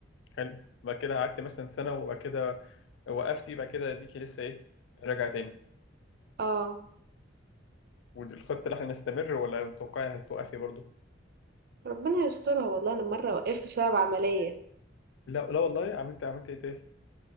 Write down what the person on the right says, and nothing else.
اه
ربنا يسترها والله أنا مرة وقفت بسبب عملية.